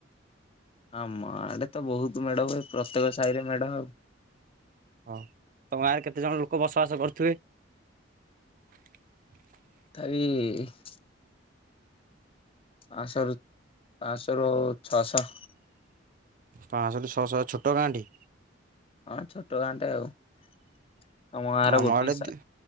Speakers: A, on the left; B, on the right.
A: <inaudible> ଆମ ଆଡେ ତ ବହୁତ ମେଢ ହୁଏ। ପ୍ରତ୍ୟେକ ସାହିରେ ମେଢ ଆଉ
B: ହଁ ତମ ଗାଁରେ କେତେ ଜଣ ଲୋକ ବସବାସ କରୁଥିବେ। <inaudible>
A: ଇ ପାଞ୍ଚଶରୁ ପାଞ୍ଚଶରୁ ଛଅଶହ
B: ପାଞ୍ଚଶହରୁୁ ଛଅଶହ ଛୋଟ ଗାଁଟି
A: ହଁ ଛୋଟ ଗାଁଟେ ଆଉ <inaudible>
B: ଆମଆଡ଼େ
A: ଗୋଟିଏ ସା